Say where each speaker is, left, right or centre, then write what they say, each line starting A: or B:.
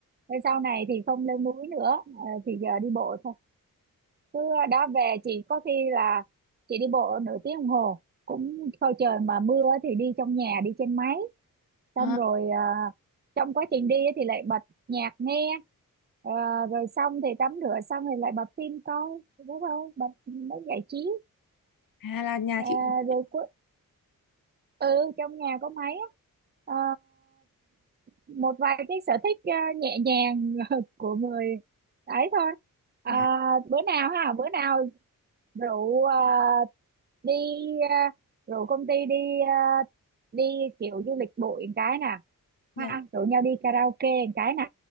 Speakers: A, on the right; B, on the left.
A: Thế sau này thì không leo núi nữa à, thì giờ đi bộ thôi Mưa đó về chị có khi là chị đi bộ nửa tiếng đồng hồ cũng thôi trời mà mưa thì đi trong nhà đi trên máy xong
B: à,
A: rồi à, trong quá trình đi thì lại bật nhạc nghe Ờ, rồi xong thì tắm rửa xong thì lại bật phim coi thế thôi bật mới giải trí
B: à là nhà
A: Ờ,
B: chị cũng
A: rồi cu- ừ trong nhà có máy á. Ờ, một vài cái sở thích ờ, nhẹ nhàng <laughs> của người ấy thôi À,
B: dạ
A: bữa nào ha bữa nào rượu à, đi à, rượu công ty đi à, đi kiểu du lịch bụi một cái nè
B: dạ
A: ha rủ nhau đi karaoke một cái nè